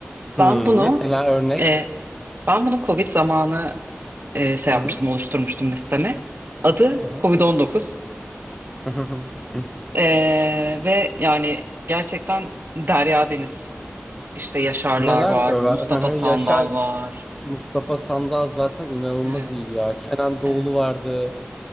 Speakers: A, on the right (about 50°); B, in the centre.
A: Ben
B: Hmm,
A: bunu
B: mesela örnek.
A: e, ben bunu Covid zamanı e, şey
B: Hı
A: yapmıştım,
B: hı.
A: oluşturmuştum listemi. Adı
B: Hı hı.
A: Covid-19.
B: Hı hı. Hı.
A: E, ve yani gerçekten Derya Deniz. işte Yaşarlar
B: Neler
A: var,
B: över?
A: Mustafa
B: Hı hı.
A: Sandal
B: Yaşar
A: var.
B: Mustafa Sandal zaten inanılmaz
A: Evet.
B: iyi ya. Kenan Doğulu
A: Evet,
B: vardı.